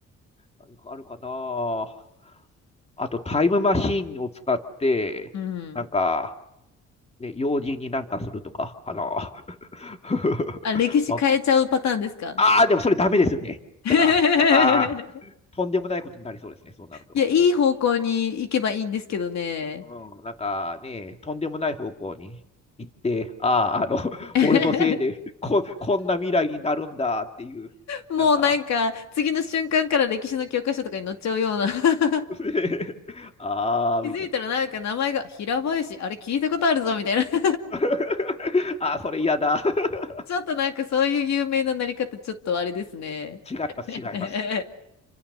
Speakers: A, on the left; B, on the left.
A: 何かあるかなあと、タイムマシンを使って、
B: <laughs> うん。
A: なんか、ね、用心になんかするとか、かな。<laughs>
B: あ、歴史変えちゃうパターンですか
A: まああー、でもそれダメですよね。
B: <laughs>
A: なんか、なんか、とんでもないことになりそうですね、そうなると。
B: いや、いい方向に行けばいいんですけどね。
A: うん、なんかね、とんでもない方向に行って、ああ、あの、<laughs>
B: <laughs>
A: 俺のせいでこ、こんな未来になるんだっていう、
B: もうなんか、
A: なんか、
B: 次の瞬間から歴史の教科書とかに載っちゃうような
A: <laughs>
B: <laughs>
A: ああ、
B: 気づいたらなんか名前が平林、
A: みたいな。
B: あれ聞いたことあるぞみたいな <laughs>
A: <laughs> あー、それ嫌だ。<laughs>
B: ちょっとなんかそういう有名ななり方、ちょっとあれですね。
A: 違います、
B: <laughs>
A: 違います。